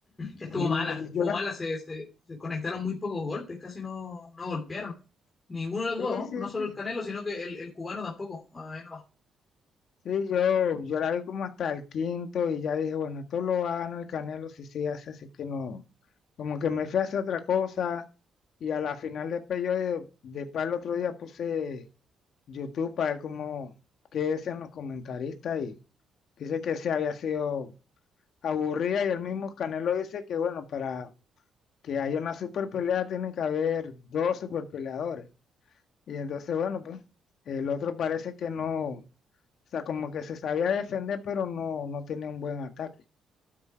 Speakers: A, on the left (about 30°); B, on the left (about 65°).
A: Estuvo
B: mm,
A: mala, estuvo
B: Yo la,
A: mala. Se, se- se conectaron muy pocos golpes, casi no, no golpearon. Ninguno de los
B: sí,
A: dos,
B: sí,
A: no solo
B: sí,
A: el Canelo, sino que el, el cubano tampoco. Ahí nomás.
B: Sí, yo, yo la vi como hasta el quinto y ya dije, bueno, esto lo va a ganar el Canelo si sigue así, así que no, como que me fui a hacer otra cosa y a la final después yo de, después el otro día puse YouTube para ver cómo, qué decían los comentaristas y dice que se había sido aburrida y el mismo Canelo dice que bueno, para que haya una super pelea tienen que haber dos super peleadores y entonces bueno, pues el otro parece que no. O sea, como que se sabía defender, pero no, no tenía un buen ataque.